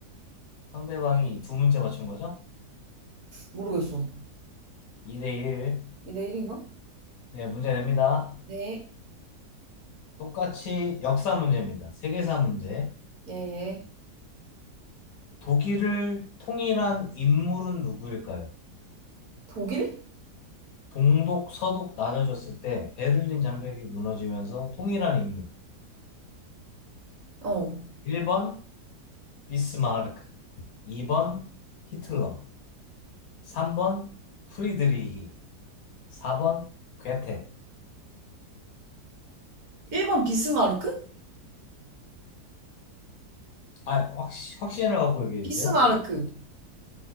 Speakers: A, on the left; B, on the right.
A: 상대방이 두 문제 맞춘 거죠?
B: 모르겠어.
A: 2대 1.
B: 이 내일인가?
A: 네, 문제 냅니다.
B: 네.
A: 똑같이 역사 문제입니다. 세계사 문제.
B: 예, 예.
A: 독일을 통일한 인물은 누구일까요?
B: 독일?
A: 동독, 서독 나눠졌을 때 베를린 장벽이 무너지면서 통일한 인물.
B: 어.
A: 1번 비스마르크, 2번 히틀러, 3번 프리드리히, 4번 괴테.
B: 1번 비스마르크?
A: 아, 확, 확신을 갖고 얘기해
B: 비스마르크.
A: 주세요.